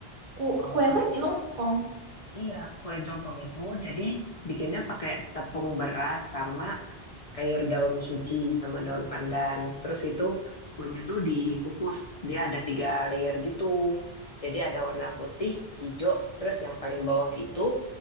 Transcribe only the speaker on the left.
Oh,
kue.
Iya, kue jongkong itu jadi bikinnya pakai tepung beras sama air daun suci sama daun pandan. Terus itu kuahnya tuh dikukus. Dia ada tiga layer gitu. Jadi ada warna putih, hijau, terus yang paling bawah itu